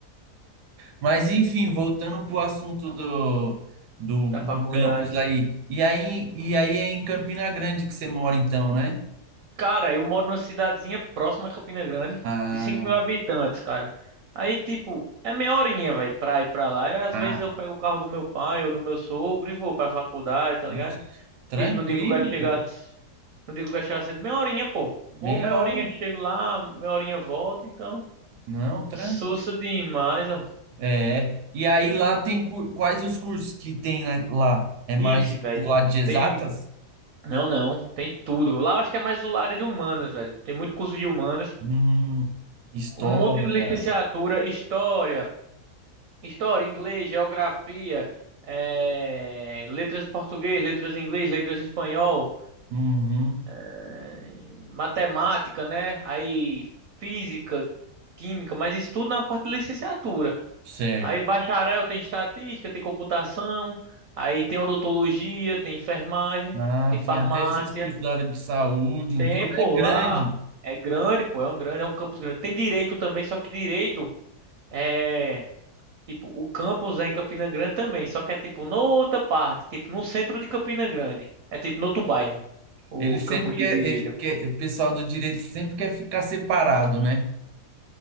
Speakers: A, on the right; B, on the right.
A: Mas enfim, voltando pro assunto do, do,
B: da faculdade.
A: do campus aí. E aí, e aí é em Campina Grande que você mora então, né?
B: Cara, eu moro numa cidadezinha próxima a Campina Grande,
A: Ah,
B: de cinco mil habitantes, cara. Aí, tipo, é meia horinha, velho, pra ir pra lá. E às
A: ah,
B: vezes eu pego o carro do meu pai ou do meu sogro e vou pra faculdade, tá ligado?
A: vixe, tranquilo,
B: Tipo, no dia que eu quero chegar,
A: pô.
B: c- no dia que eu quero chegar cedo, meia horinha, pô. Vou
A: Meia
B: meia
A: hora.
B: horinha, chego lá, meia horinha volto, então.
A: Não, tranquilo.
B: Sussa demais, ó.
A: É, e aí lá tem cur- quais os cursos que tem na- lá? É
B: Ixi,
A: mais
B: velho.
A: pro lado de exatas?
B: Tem. Não, não. Tem tudo. Lá eu acho que é mais do lado de humanas, velho. Tem muito curso de humanas.
A: Hum, história.
B: Um monte de licenciatura, história, história, inglês, geografia, eh, letras em português, letras em inglês, letras em espanhol,
A: Uhum,
B: eh, matemática, né? Aí física, química, mas isso tudo na parte de licenciatura.
A: certo.
B: Aí bacharel tem estatística, tem computação, aí tem odontologia, tem enfermagem,
A: Ah,
B: tem farmácia,
A: tem até esses cursos da área de saúde, então
B: tem, pô,
A: é grande.
B: lá é grande, pô, é um grande, é um campus grande. Tem direito também, só que direito é, tipo, o campus é em Campina Grande também, só que é tipo noutra parte, tipo no centro de Campina Grande, é tipo no outro bairro, o
A: Ele sempre
B: campus de
A: quer,
B: direito.
A: ele quer, o pessoal do direito sempre quer ficar separado, né?